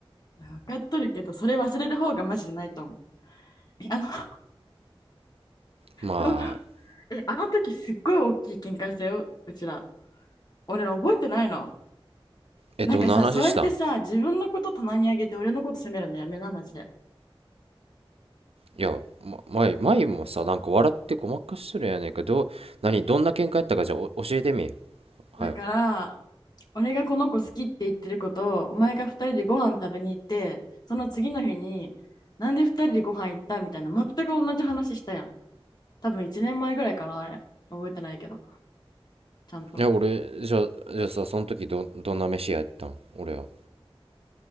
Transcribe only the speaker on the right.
まあ
えどんな話したん
いや、ま、前前もさなんか笑ってごまかしとるやねんけどう何どんな喧嘩やったかじゃあお教えてみよはよ
いや俺じゃあじゃあさその時どどんな飯やったん俺は